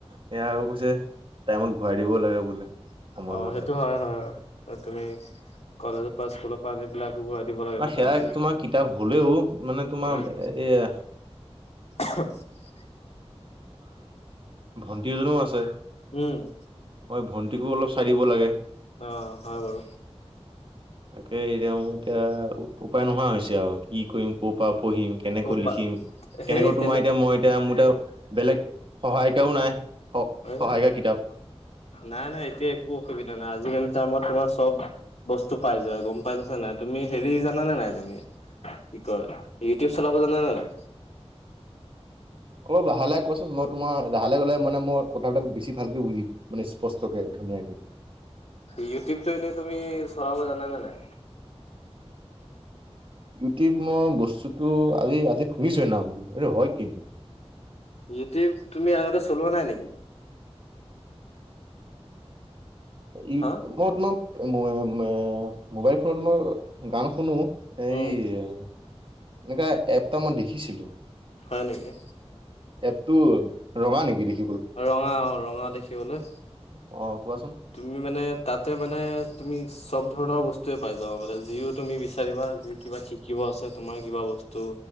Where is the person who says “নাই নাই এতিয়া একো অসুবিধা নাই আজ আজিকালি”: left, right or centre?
Left